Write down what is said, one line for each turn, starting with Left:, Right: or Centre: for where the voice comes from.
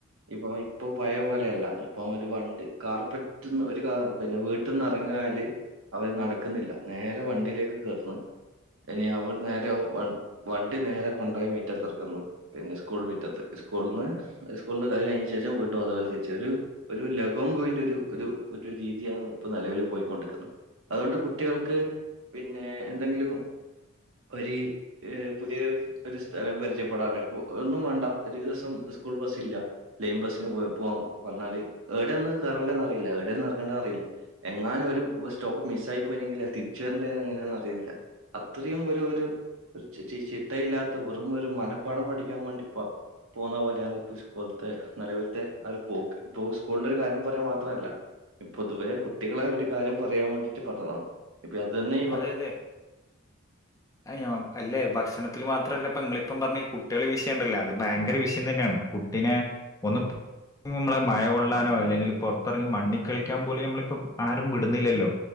Right: ഇപ്പോ ഇപ്പൊ പഴയ പോലെയല്ല ഇപ്പൊ ഒരു വണ്ട് കാർപ്പറ്റ്ന്ന് ഒരു കാ പിന്നെ വീട്ടിന്ന് എറങ്ങ യാല് അവര് നടക്ക്ന്നില്ല നേരെ വണ്ടിയിലേക്ക് കേറ്ന്ന് ഇനി അവട്ന്ന് നേരെ വണ്ട് നേരെ കൊണ്ടോയി മിറ്റത്ത് എർക്ക്ന്ന് പിന്നെ സ്കൂൾ മിറ്റത്ത് സ്കൂൾന്ന് ഒരു സ്കൂള്ന്ന് അത് കഴിഞ്ഞശേഷം വീണ്ടും അതുപോലെ തിരിച്ച് വരും ഒരു ഒരു ലെഗോൺ ഗോയിന്റെ ഒരു ഒരു ഒരു രീതിയാണ് ഇപ്പൊ നെലവിൽ പൊയിക്കൊണ്ടിക്ക്ന്നത് അതൊണ്ട് കുട്ടികൾക്ക് ന്നെ എന്തെങ്കിലും ഒര് ഏ പുതിയൊര് ഒരു സ്ഥലം പരിചയപ്പെടാന് ഉ ഒന്നും വേണ്ട ഒരൂ സൊ സ്കൂൾ ബസ് ഇല്ല ലെയ്ൻ ബസ്സിന് പോ പോവാം പർന്നാല് ഏടെയാന്ന് കേറണ്ടേന്ന് അറിയില്ല ഏടെയാണ് എറങ്ങണ്ടേ അറിയില്ല എങ്ങാനും ഒരു <unintelligible> സ്റ്റോപ്പ് മിസ്സായി പോയിനെങ്കില് അത് തിരിച്ചു വരണ്ടേ ന്നെങ്ങനാ യെന്നറിയുന്നില്ല അത്രയും ഒരു ഒരു ഒര് ചി ചി ചി ചിട്ടയില്ലാത്ത വെറും ഒരു മനപ്പാഠം പഠിക്കാൻ വേണ്ടിപ്പം പ്പോന്ന പോലെയാന്ന് ഇപ്പ ഉസ്കൂൾത്തെ നെലവിൽത്തെ ആ ഒരു പോക്ക് ഇപ്പൊ സ്കൂളിന്റെ ഒരു കാരണം പറയാൻ മാത്രല്ല പൊതുവേ കുട്ടികളെ ഒരു കാര്യം പറയാൻ വേണ്ടിട്ട് പറ്റണം ഇപ്പ അതെ ന്നെ
Left: അതെ അതെ അയ്ഞാം അല്ലെ ഭക്ഷണ ത്തില് മാത്രല്ലപ്പം ഇങ്ങളീപ്പം പറഞ്ഞ കുട്ടികളെ വിഷയം ഉണ്ടല്ലോ അത് ഭയങ്കര വിഷയം തന്നെയാണ് കുട്ടിനെ ഒന്ന് ഇമ്മളെ മഴ കൊള്ളാനോ അല്ലെങ്കില് പൊറത്തെറങ്ങി മണ്ണിക്കളിക്കാൻ പോലും നമ്മളിപ്പോ ആരും വിടുന്നില്ലല്ലോ